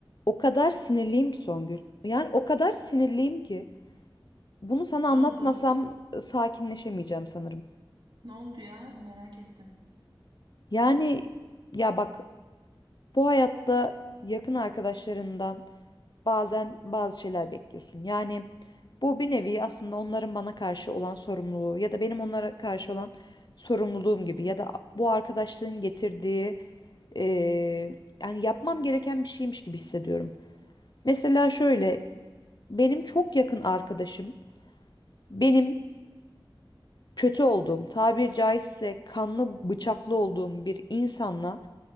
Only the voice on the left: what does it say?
O kadar sinirliyim ki Songül. Yani o kadar sinirliyim ki bunu sana anlatmasam
e, sakinleşemeyeceğim sanırım.
Yani ya bak bu hayatta yakın arkadaşlarından bazen bazı şeyler bekliyorsun. Yani bu bir nevi aslında onların bana karşı olan sorumluluğu ya da benim onlara karşı olan sorumluluğum gibi ya da bu arkadaşlığın getirdiği e, yani yapmam gereken bir şeymiş gibi hissediyorum. Mesela şöyle benim çok yakın arkadaşım benim kötü olduğum, tabir caizse kanlı bıçaklı olduğum bir insanla